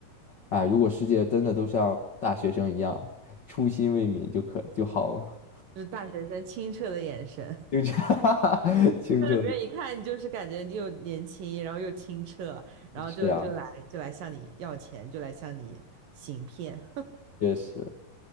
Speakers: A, on the left; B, on the right.
A: 啊，如果世界真的都像大学生一样，初心未泯就可就好了。
B: 就是大学生清澈的眼神，
A: <laughs> 清澈，<laughs> 清澈的
B: <laughs> 就是别人一看你就是感觉你又年轻，然后又清澈，然后就就来就来向你要钱，
A: 是啊，
B: 就来向你行骗。
A: 确实。